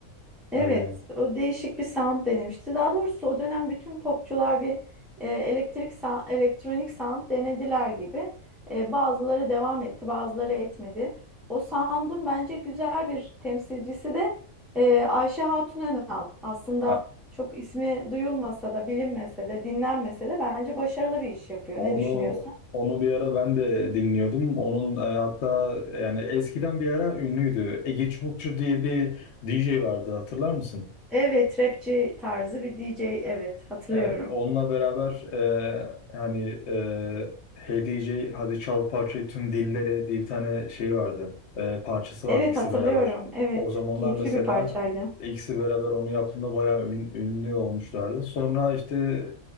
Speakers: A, in the centre; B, on the left.
A: Evet,
B: E,
A: o değişik bir sound denemişti. Daha doğrusu o dönem bütün popçular bir e, elektrik sa- elektronik sound denediler gibi. E, bazıları devam etti, bazıları etmedi. O sound'un bence güzel bir temsilcisi de e, Ayşe Hatun Önal. Aslında
B: ha-
A: çok ismi duyulmasa da, bilinmese de, dinlenmese de bence başarılı bir iş yapıyor.
B: onu
A: Ne düşünüyorsun?
B: onu bir ara ben de dinliyordum. Onun e, hatta yani eskiden bir ara ünlüydü. Ege Çubukçu diye bir DJ vardı hatırlar mısın?
A: Evet, rapçi tarzı bir DJ. Evet, hatırlıyorum.
B: E, onunla beraber e, hani e, Hey DJ Hadi Çal Parçayı Tüm Dillere diye bir tane şey vardı. E, parçası
A: Evet,
B: vardı ikisi
A: hatırlıyorum.
B: beraber.
A: Evet,
B: O zamanlar
A: keyifli
B: mesela
A: bir parçaydı.
B: ikisi beraber onu yaptığında bayağı ün- ünlü olmuşlardı. Sonra işte